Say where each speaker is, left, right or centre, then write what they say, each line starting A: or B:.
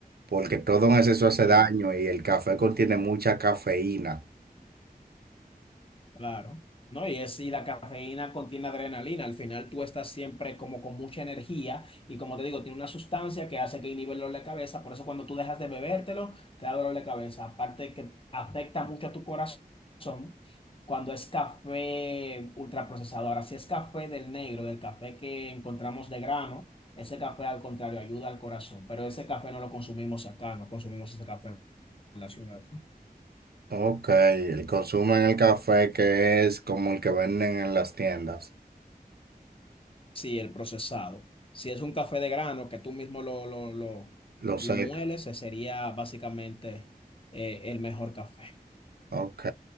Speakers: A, on the right; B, on the left.
A: porque todo en exceso hace
B: Sí,
A: daño y el café contiene mucha cafeína.
B: claro. No, y es, y la cafeína contiene adrenalina. Al final tú estás siempre como con mucha energía y como te digo, tiene una sustancia que hace que inhibe el dolor de cabeza. Por eso cuando tú dejas de bebértelo, te da dolor de cabeza. Aparte que afecta mucho a tu corazón cuando es café ultraprocesado. Ahora, si es café del negro, del café que encontramos de grano, ese café al contrario ayuda al corazón. Pero ese café no lo consumimos acá, no consumimos ese café en la ciudad.
A: Ok, el consumo en el café que es como el que venden en las tiendas,
B: Sí, el procesado. Si es un café de grano que tú mismo lo, lo, lo,
A: lo
B: lo
A: sé.
B: mueles, ese sería básicamente eh, el mejor café.
A: Ok.